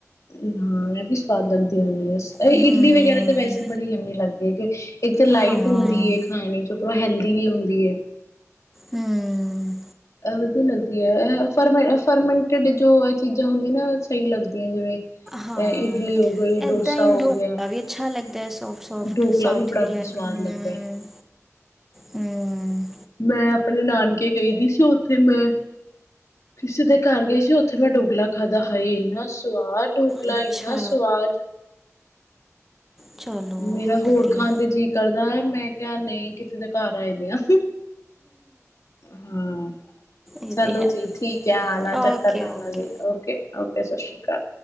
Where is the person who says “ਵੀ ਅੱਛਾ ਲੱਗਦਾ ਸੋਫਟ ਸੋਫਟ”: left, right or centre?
Centre